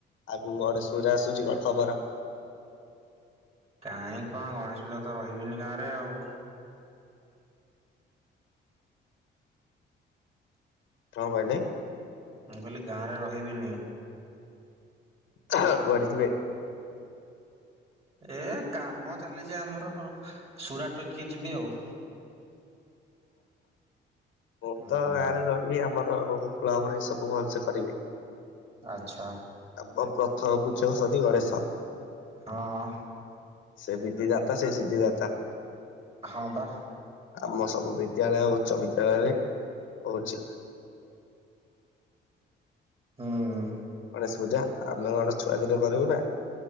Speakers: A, on the left; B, on the right.
A: ଆଗକୁ ଗଣେଶ ପୂଜା ଆସୁଚି କଣ ଖବର?
B: କାଇଁ କଣ ଗଣେଶ ପୂଜାକୁତ ରହିବିନି ଗାଁରେ ଆଉ।
A: କଁ କହିଲେ?
B: ମୁଁ କହିଲି ଗାଁରେ ରହିବିନି।
A: ହଁ କୁଆଡ଼େ ଯିବେ?
B: ଏ କାମ ଚାଲିଚି ଆମର ସୁରାଟ କିଏ ଯିବି ଆଉ।
A: ମୁଁ
B: ହୁଁ।
A: ତ ଗାଁରେ ରହିବି ଆମର କ୍ଲବରେ ସବୁ ଭଲସେ କରିବେ।
B: ଆଚ୍ଛା।
A: ଆମ ପ୍ରଥମ ପୂଜ ସରି <unintelligible> ଗଣେଶ।
B: ହଁ।
A: ସେ ବିିଧି ଦାତା ସେ ସିଦ୍ଧି ଦାତା।
B: ହଁ ପା।
A: ଆମ ସବୁ ବିଦ୍ୟାଳୟ ଉଚ୍ଚ ବିଦ୍ୟାଳୟରେ ହଉଚି।
B: ହୁଁ
A: ଗଣେଶ ପୂଜା ଆମେ କଣ ଛୁଆଦିନ କରିବୁନା